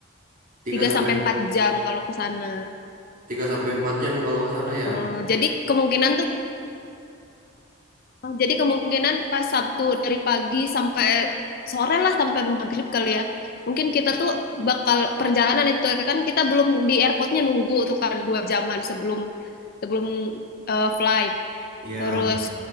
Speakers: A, on the right; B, on the left.
A: 3
B: tiga
A: sampai
B: sampai empat jam kalau ke sana.
A: tiga sampai 4 jam kalau ke sana ya.
B: Eh, jadi kemungkinan tuh jadi kemungkinan pas Sabtu dari pagi sampai sore lah sampai maghrib kali ya. Mungkin kita tuh bakal perjalanan itu ya. kan kita belum di airportnya nunggu tuh kan dua jaman sebelum sebelum eh, flight.
A: Iya.
B: Terus